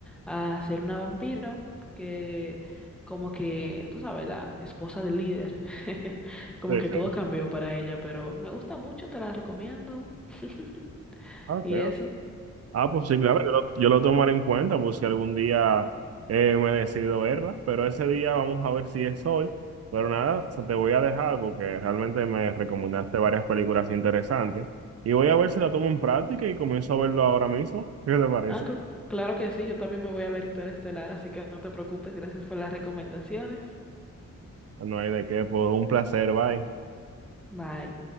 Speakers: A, in the centre; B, on the right.
A: a ser una vampiro, que como que, tú sabes, la esposa del líder, <laughs> como
B: Sí,
A: que todo
B: sí.
A: cambió para ella, pero me gusta mucho, te la recomiendo. <laughs>
B: Ok,
A: Y eso.
B: Ah, pues sí, claro, yo lo, yo lo tomaré en cuenta, pues si algún día eh, me decido verla, pero ese día vamos a ver si es hoy. Pero nada, o sea, te voy a dejar porque realmente me recomendaste varias películas interesantes y voy a ver si la tomo en práctica y comienzo a verlo ahora mismo. <laughs> ¿Qué te parece?
A: Ah, cl- claro que sí, yo también me voy a ver Interestelar, así que no te preocupes, gracias por las recomendaciones.
B: No hay de qué, pues un placer, bye.
A: Bye.